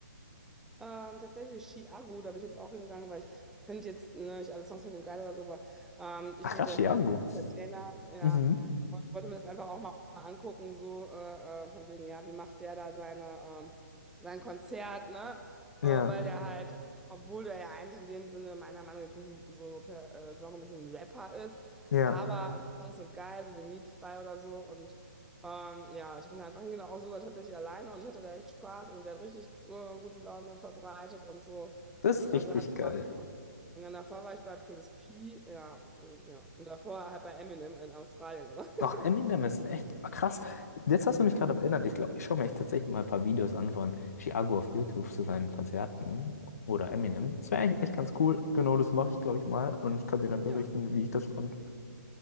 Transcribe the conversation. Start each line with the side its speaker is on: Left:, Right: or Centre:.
Centre: Ähm, tatsächlich Chiago, da bin ich jetzt auch hingegangen, weil ich finde jetzt ne, nicht alle Songs von dem geil oder so, aber ähm, ich
Left: Ach,
Centre: finde, der
Left: Chiango.
Centre: ist ein ganz cooler Entertainer, ja.
Left: Mhm.
Centre: Und ich wollte mir das einfach auch mal angucken, so äh, äh, von wegen, ja, wie macht der da seine, ähm, sein Konzert, ne?
Left: Ja,
Centre: Äh, weil der halt, obwohl der ja eigentlich in dem Sinne meiner Meinung nach jetzt nicht so per äh, Genre ein bisschen ein Rapper ist,
Left: ja.
Centre: aber ein paar Songs sind geil, so wie Mietfrei oder so und ähm, ja, ich bin da einfach hingegangen, auch sogar tatsächlich alleine und ich hatte da echt Spaß. Also der hat richtig äh, gute Laune verbreitet und so.
Left: Das ist
Centre: Also
Left: richtig
Centre: hat
Left: geil.
Centre: Spaß gemacht. Und dann davor war ich bei Prince P, ja, und, ja. Und davor halt bei Eminem in Australien, aber. <laughs>
Left: Ach, Eminem ist echt ah, krass. Jetzt hast du mich gerade erinnert. Ich glaube, ich schaue mir echt tatsächlich mal ein paar Videos an von Chiago auf YouTube zu seinen Konzerten oder
Centre: Mhm.
Left: Eminem. Das wäre eigentlich echt ganz cool. Genau, das mache ich, glaube ich, mal. Und ich kann dir dann
Centre: Ja,
Left: berichten, wie ich das fand.